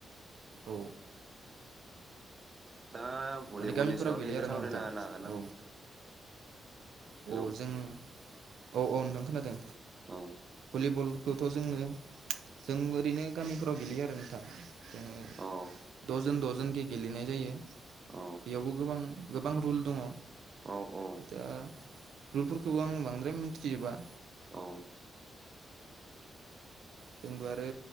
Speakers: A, on the right; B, on the right.
A: औ
B: दा भलिबलनि
A: माने गामिफोराव
B: सायावनो
A: गेलेयो
B: एसे
A: आरो
B: सावरायना
A: न' नोंथां
B: होनो हागोन ना
A: औ
B: नोंथां? हेलौ
A: औ जों औ औ नोंथां खोनादों।
B: औ
A: भलिबलखौथ' जोङो जोंबो ओरैनो गामिफोराव गेलेयो आरो नोंथां। जोङो
B: औ
A: द'जन द'जनखि गेलेनाय जायो
B: औ
A: बेयावबो गोबां गोबां रुल दङ
B: औ
A: दा रुलफोरखौबो आं बांद्राय मिथिजोबा
B: औ
A: जोंबो आरो